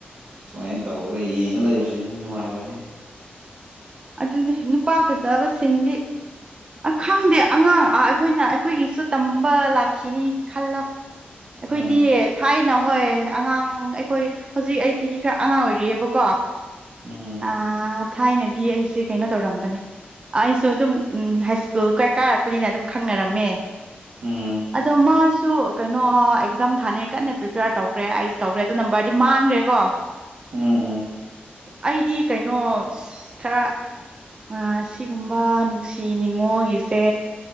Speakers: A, on the right; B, on the right.
A: ꯁꯨꯃꯥꯏꯅ ꯇꯧꯔꯒ ꯌꯦꯡꯉ ꯂꯩꯕꯁꯤꯅꯤ ꯅꯨꯡꯉꯥꯏꯕ ꯍꯥꯏꯔꯤꯁꯦ
B: ꯑꯗꯨꯅꯤ ꯅꯨꯄꯥ ꯐꯖꯕꯁꯤꯡꯗꯤ ꯈꯪꯗꯦ
A: ꯎꯝ
B: ꯑꯉꯥꯡ ꯑꯥ ꯑꯩꯈꯣꯏꯅ ꯑꯩꯈꯣꯏꯒꯤꯁꯨ ꯇꯝꯕ ꯂꯥꯛꯈꯤꯅꯤ ꯈꯜꯂꯣ ꯑꯩꯈꯣꯏꯗꯤ
A: ꯎꯝ
B: ꯊꯥꯏ ꯅ ꯍꯣꯏ ꯑꯉꯥꯡ ꯑꯩꯈꯣꯏ ꯍꯧꯖꯤꯛ ꯑꯩ ꯆꯍꯤ ꯈꯔ ꯑꯉꯥꯡ ꯑꯣꯏꯔꯤꯌ‌ꯦꯕꯀꯣ
A: ꯎꯝ
B: ꯑꯥ ꯊꯥꯏꯅꯗꯤ ꯑꯩꯁꯦ ꯀꯩꯅꯣ ꯇꯧꯔꯝꯕꯅꯤ ꯑꯩꯁꯨ ꯑꯗꯨꯝ ꯎꯝ ꯍꯥꯏꯁ꯭ꯀꯨꯜ ꯀ ꯀꯥꯔꯛꯄꯅꯤꯅ ꯑꯗꯨꯝ ꯈꯪꯅꯔꯝꯃꯦ
A: ꯎꯝ
B: ꯑꯗꯣ ꯃꯥꯁ ꯁꯨ ꯀꯩꯅꯣ ꯑꯦꯛꯖꯥꯝ ꯊꯥꯅꯩ ꯀꯟꯅ ꯄ꯭ꯔꯤꯄꯦꯌꯥꯔ ꯇꯧꯈ꯭ꯔꯦ ꯑꯩꯁꯨ ꯇꯧꯈ꯭ꯔꯦ ꯑꯗꯨ ꯅꯝꯕꯔꯗꯤ ꯃꯥꯡꯒ꯭ꯔꯦ ꯀꯣ
A: ꯎꯝ ꯎꯝ
B: ꯑꯩꯗꯤ ꯀꯩꯅꯣ ꯈꯔ ꯑꯁꯤꯒꯨꯝꯕ ꯅꯨꯡꯁꯤ ꯅꯤꯡꯉꯣꯜꯒꯤꯁꯦ